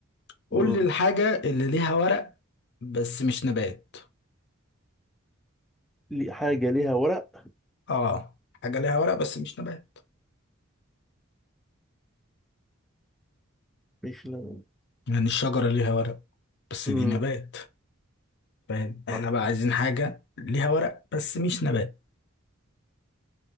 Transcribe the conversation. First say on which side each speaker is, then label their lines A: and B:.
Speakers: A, on the left; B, in the centre.
A: قول
B: مم.
A: لي الحاجة اللي ليها ورق بس مش نبات
B: لي- حاجة ليها ورق
A: اه حاجة ليها ورق بس مش نبات
B: مش لون
A: يعني الشجرة ليها ورق بس
B: مم.
A: دي نبات فاهم احنا
B: آه،
A: بقى عايزين حاجة ليها ورق بس مش نبات